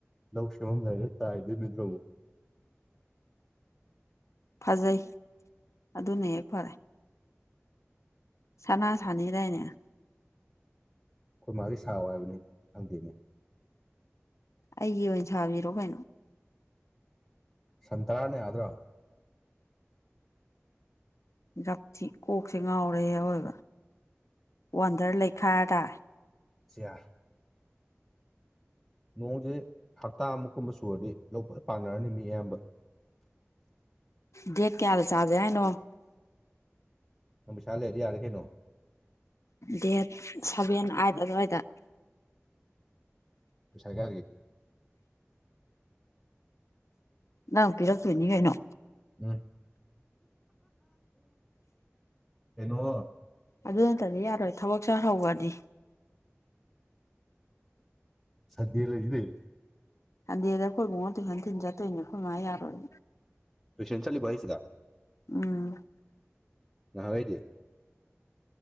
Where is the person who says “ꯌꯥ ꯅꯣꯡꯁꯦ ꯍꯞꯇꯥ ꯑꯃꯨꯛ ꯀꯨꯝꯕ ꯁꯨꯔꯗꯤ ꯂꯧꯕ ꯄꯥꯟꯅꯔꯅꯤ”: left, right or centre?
Centre